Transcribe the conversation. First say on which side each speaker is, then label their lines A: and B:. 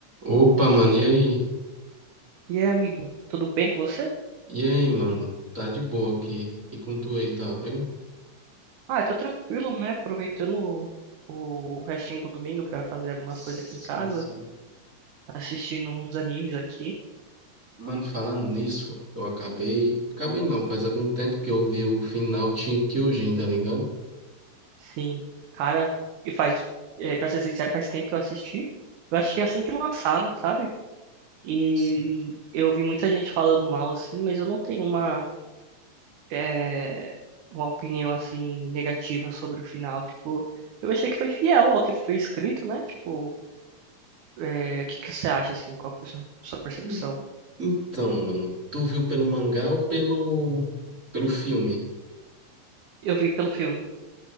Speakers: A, on the right (about 25°); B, on the right (about 80°).
A: Opa, mano, e aí?
B: E aí, amigo, tudo bem com você?
A: E aí, mano? Tá de boa aqui. E com tu aí, tá bem?
B: Ah, tô tranquilo, né? Aproveitando o, o restinho do domingo pra fazer algumas
A: Sim,
B: coisas aqui em casa,
A: sim.
B: assistindo uns animes aqui.
A: Mano, falando nisso, eu acabei. Acabei não, faz algum tempo que eu vi o final de Kyojin, tá ligado?
B: Sim, cara, e faz, é, pra ser sincero, faz tempo que eu assisti. Eu achei assim que lançaram, sabe? E
A: Sim,
B: eu ouvi muita gente falando mal assim, mas eu não tenho uma, é, uma opinião assim negativa sobre o final. Tipo, eu achei que foi fiel ao que foi escrito, né? Tipo, é, o que que você acha assim? Qual foi a sua sua percepção?
A: sim. Então, mano, tu viu pelo mangá ou pelo. pelo filme?
B: Eu vi pelo filme.